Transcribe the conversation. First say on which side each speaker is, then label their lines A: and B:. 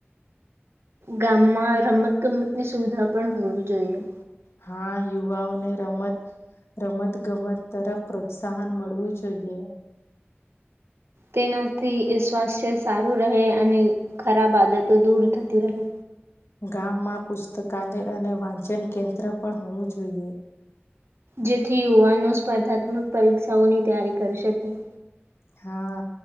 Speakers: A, on the right; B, on the left.
A: ગામમાં રમત ગમત ની સુવિધા પણ હોવી જોઈએ.
B: હા યુવાઓને રમત, રમત ગમત તરફ પ્રોત્સાહન મળવું જોઈએ.
A: તેનાથી સ્વાસ્થ્ય સારું રહે અને ખરાબ આદતો દૂર થતી રહે.
B: ગામમાં પુસ્તકાલય અને વાંચન કેન્દ્ર પણ હોવું જોઈએ.
A: જેથી યુવાનો સ્પર્ધાત્મક પરીક્ષાઓની તૈયારી કરી શકે.
B: હા,